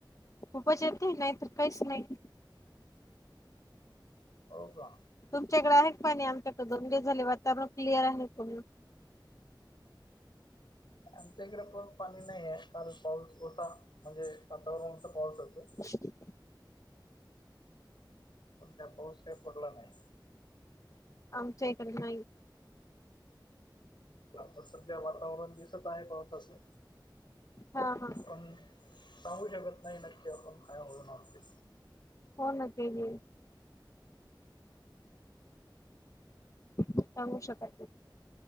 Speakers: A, on the left (about 40°); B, on the left (about 70°).
A: खूपच येते नाहीत काहीच नाही
B: हो का
A: तुमच्याकडे आहे पाणी आमच्याकडे दोने झाले वातावरण क्लिअर आहे कोण
B: आमच्या इकडे पण पाणी नाही आहे कारण पाऊस होता म्हणजे आतापर्यंत नुसता पाऊस चालतोय
A: <inaudible>
B: सध्या पाऊस काय पडला नाही
A: आ शक नाही
B: आता सध्या वातावरण दिसत आहे पावसाचं
A: हा हा
B: पण सांगू शकत नाही नक्की आपण काय होऊणार ते
A: हो ना तेली सांगू शकाय